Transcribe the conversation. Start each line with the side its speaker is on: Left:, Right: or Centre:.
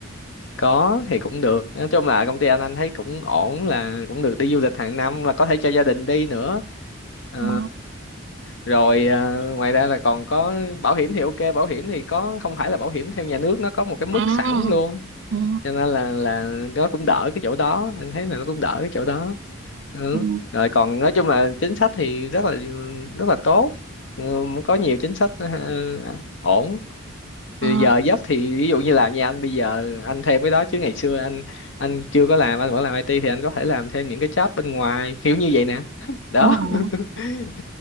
Left: có thì cũng được nói chung là công ty anh anh thấy cũng ổn là cũng được đi du lịch hàng năm và có thể cho gia đình đi nữa Ờ,
Right: Ờ.
Left: rồi à, ngoài ra là còn có bảo hiểm thì ok bảo hiểm thì có không phải là bảo hiểm theo nhà nước nó có một cái mức
Right: À,
Left: sẵn luôn
Right: à,
Left: cho nên là là nó cũng đỡ cái chỗ đó anh thấy là nó cũng đỡ cái chỗ đó ừ.
Right: ừ.
Left: rồi còn nói chung là chính sách thì rất là rất là tốt ừ, có nhiều chính sách ờ, ổn
Right: Ờ,
Left: thì giờ giấc thì ví dụ như làm nhà anh bây giờ anh thêm cái đó chứ ngày xưa anh anh chưa có làm anh vẫn làm IT thì anh có thể làm thêm những cái job bên ngoài kiểu như vậy nè đó
Right: đúng rồi.
Left: <laughs>